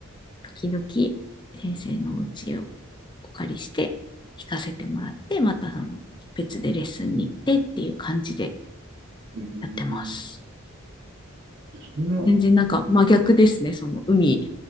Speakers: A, on the left (about 20°); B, on the right (about 55°).
A: 時々、先生のお家をお借りして、弾かせてもらって、またその、別でレッスンに行ってっていう感じで
B: うーん、
A: やってます。
B: そんな、ど
A: 全然なんか真逆ですね、その海